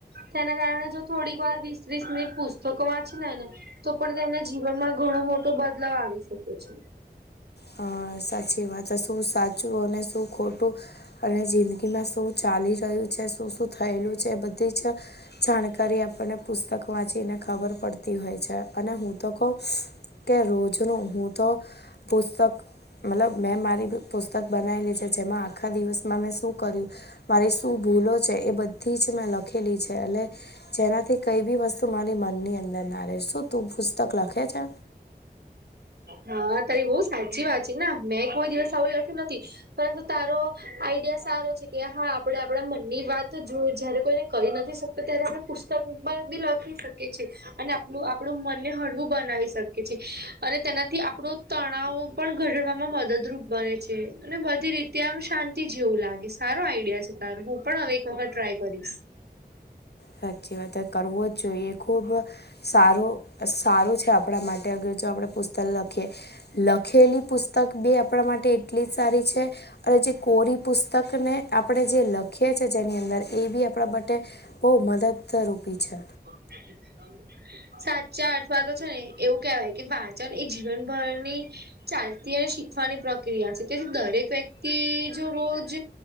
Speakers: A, on the right; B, on the left.
A: તેના કારણે જો થોડીક વાર વીસ ત્રીસ મિનિટ પુસ્તકો વાંચી લે ને તો પણ તેને જીવનમાં ઘણો મોટો બદલાવ આવી શકે છે.
B: અ સાચી વાત શું સાચું અને શું ખોટું અને જિંદગી કીમાં શું ચાલી રહ્યું છે શું શું થયેલું છે બધી જ જાણકારી આપણને પુસ્તક વાંચીને ખબર પડતી હોય છે. અને હું તો કહ કે રોજ ન હું તો પુસ્તક મતલબ મેં મારી પુસ્તક બનાવેલી છે જેમાં આખા દિવસમાં મેં શું કર્યું મારી શું ભૂલો છે એ બધી જ મેં લખેલી છે એટ જેનાથી કઈ બી વસ્તુ મારી મનની અંદર ના રહે શું તું પુસ્તક લખે છે.
A: હા તારી બહ સાચી વાત છે ના મેં કોઈ દિવસ આવું લખ્યું નથી. પરંતુ તારો આઈડિયા સારો છે કે હા આપણે આપડા મનની વાત જો જયારે કોઈને કહી નથી શક તો ત્યારે આપણે પુસ્તકમાં બી લખી શકીએ છીએ અને એલું આપડું મનને હળવું બનાવી શકીએ છેએ અને તેનાથી આપણો તણાવ પણ ઘડડવામાં મદદરૂપ બને છે અને બધી રીતે આમ શાંતિ જેવું લાગી છે. સારો આઈડિયા છે તારો હું પણ હવે એક વખત ટ્રાય કરીશ.
B: સાચી વાત કરવો જ જોઈએ ખુબ સારું સારું છે આપણા માટે અગર જો આપણે પુસ્તક લખીએ લખેલી પુસ્તક બી આપણા માટે એટલી જ સારી છે. અને જે કોરી પુસ્તકને આપણે જે લખીએ છીએ જેની અંદર એ બી આપણા બ ઓહ મદદરૂપી છે.
A: એ તને સાચા અથવા તો છે ને એવું કેહેવાય કે વાચન એ જીવનભરની ચાલતી અને શીખવાની પ્રક્રિયા છે તેથી દરેક વ્યક્તિ જો રોજ